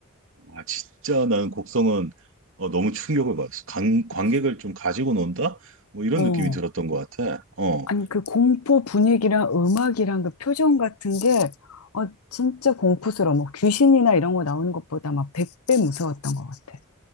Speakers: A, on the right; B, on the left.
A: 아, 진짜 나는 곡성은 어, 너무 충격을 받았어. 관, 관객을
B: 그치.
A: 좀 가지고 논다? 뭐 이런
B: 어.
A: 느낌이 들었던 것 같아. 어,
B: 아니, 그 공포 분위기랑 음악이랑 그 표정 같은 게, 어, 진짜 공포스러워. 뭐 귀신이나 이런 거 나오는 것보다 막 100배 무서웠던 것 같아.